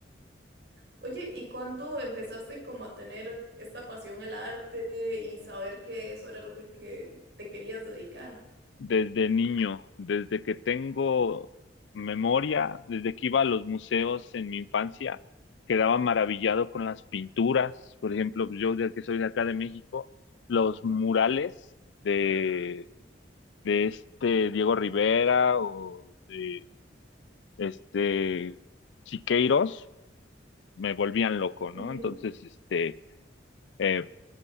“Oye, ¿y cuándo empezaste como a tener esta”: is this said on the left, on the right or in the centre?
Right